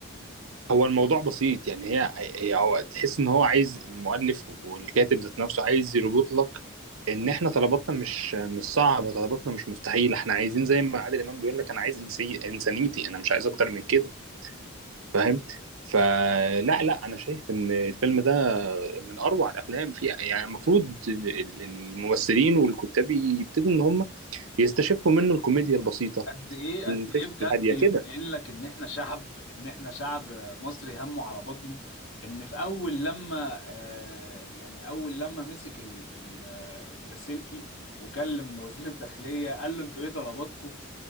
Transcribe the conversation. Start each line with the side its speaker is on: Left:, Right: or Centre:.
Right: هو الموضوع بسيط يعني هي هي- هو تحس ان هو عايز المؤلف والكاتب ذات نفسه عايز يربط لك ان احنا طلباتنا مش مش صعبه طلباتنا مش مستحيله احنا عايزين زي ما عادل امام بيقول لك انا عايز إنسي انسانيتي انا مش عايز اكتر من كده فاهم فلا لا انا شايف ان الفيلم ده من اروع الافلام فيها يعني المفروض ال- الممثلين والكتاب يبتدوا ان هم يستشفوا منه الكوميديا البسيطه
Left: قد ايه
Right: الفكره
Left: قد ايه بجد
Right: الهاديه
Left: يبين
Right: كده
Left: لك ان احنا شعب ان احنا شعب مصري همه على بطنه ان في اول لما آه، يعني اول لما مسك ال- ال- آه، اللاسلكي وكلم وزير الداخليه قال له انتوا ايه طلباتكم